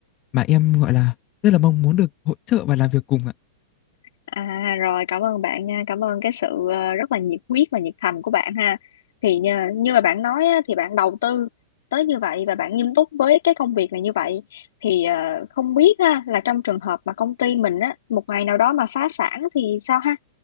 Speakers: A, on the left (about 30°); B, on the left (about 70°).
A: mà em gọi là rất là mong muốn được hỗ trợ và làm việc cùng ạ.
B: À rồi cảm ơn bạn nha, cảm ơn cái sự ờ, rất là nhiệt huyết và nhiệt thành của bạn ha. Thì như, như mà bạn nói á, thì bạn đầu tư tới như vậy và bạn nghiêm túc với cái công việc này như vậy thì ờ, không biết ha là trong trường hợp mà công ty mình á một ngày nào đó mà phá sản thì sao ha?